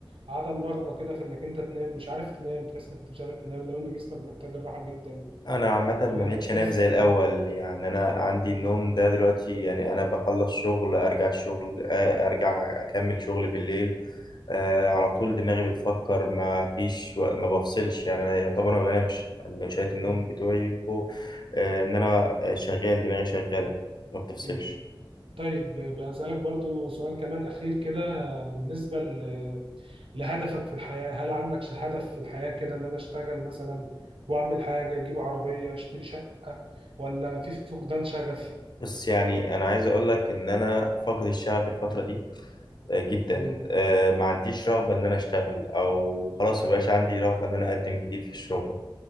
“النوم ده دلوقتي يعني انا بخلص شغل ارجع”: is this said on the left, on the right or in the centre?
Left